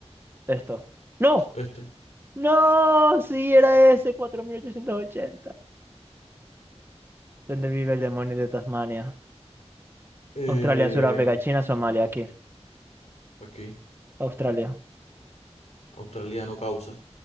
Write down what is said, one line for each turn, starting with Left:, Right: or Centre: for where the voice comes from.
Right: Esto. ¡No!
Left: Este.
Right: ¡No! Sí, era ese, 4880. ¿Dónde vive el demonio de Tasmania?
Left: Eh,
Right: Australia, Sudáfrica, China, Somalia, aquí.
Left: aquí.
Right: Australia,
Left: Australiano causa.